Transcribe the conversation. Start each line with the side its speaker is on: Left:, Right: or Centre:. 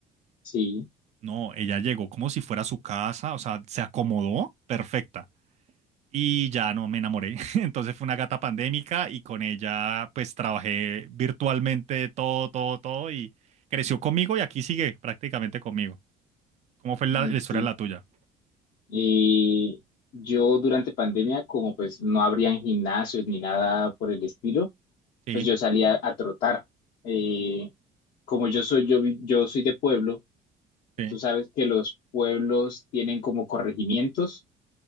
Left: Sí,
Right: No, ella llegó como si fuera su casa, o sea, se acomodó perfecta. Y ya no me enamoré. <laughs> Entonces fue una gata pandémica y con ella pues trabajé virtualmente todo, todo, todo y creció conmigo y aquí sigue prácticamente conmigo. ¿Cómo fue la,
Left: mm,
Right: la historia
Left: sí.
Right: de la tuya?
Left: Y yo durante pandemia, como pues no habrían gimnasios ni nada por el estilo,
Right: Sí,
Left: pues yo salía a trotar. Eh, como yo soy, yo, vi- yo soy de pueblo,
Right: sí.
Left: tú sabes que los pueblos tienen como corregimientos,